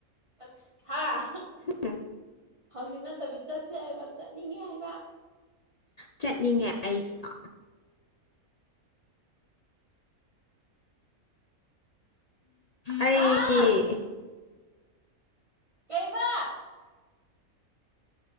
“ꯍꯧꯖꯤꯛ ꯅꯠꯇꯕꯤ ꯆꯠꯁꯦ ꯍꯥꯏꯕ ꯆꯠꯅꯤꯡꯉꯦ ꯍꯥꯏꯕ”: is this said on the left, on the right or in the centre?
Right